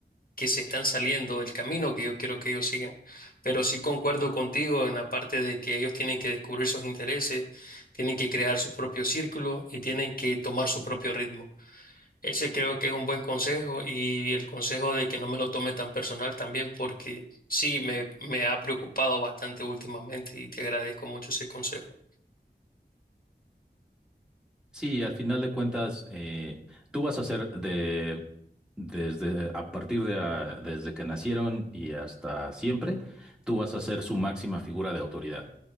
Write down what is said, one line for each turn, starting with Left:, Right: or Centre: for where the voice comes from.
Left: que se están saliendo del camino que yo quiero que ellos sigan. Pero sí concuerdo contigo en la parte de que ellos tienen que descubrir sus intereses, tienen que crear su propio círculo y tienen que tomar su propio ritmo. Ese creo que es un buen consejo y el consejo de que no me lo tome tan personal también porque sí me, me ha preocupado bastante últimamente y te agradezco mucho ese consejo.
Centre: Sí, al final de cuentas, eh, tú vas a ser de, desde, a partir de, ah, desde que nacieron y hasta siempre, tú vas a ser su máxima figura de autoridad.